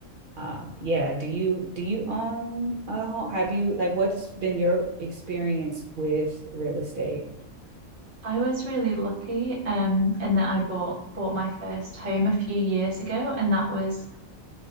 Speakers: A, on the right (about 50°); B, on the right (about 25°).
A: um, yeah, do you do you own a home? Have you like what's been your experience with real estate?
B: I was really lucky um, in that I bought bought my first home a few years ago, and that was